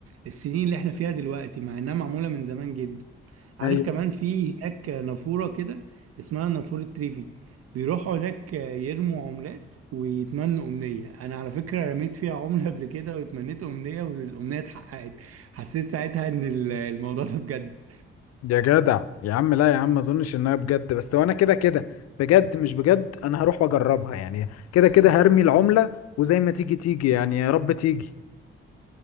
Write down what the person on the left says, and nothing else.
ايوه
يا جدع يا عم لا يا عم ما اظنش انها بجد بس وانا كده كده بجد مش بجد انا هروح واجربها يعني كده كده هرمي العملة وزي ما تيجي تيجي يعني يا رب تيجي